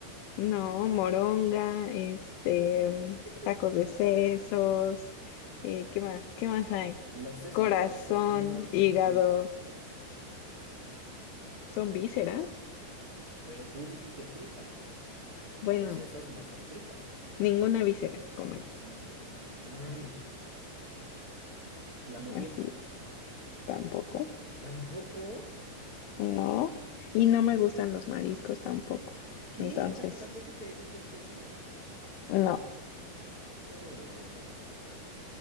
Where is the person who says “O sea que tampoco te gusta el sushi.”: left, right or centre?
Right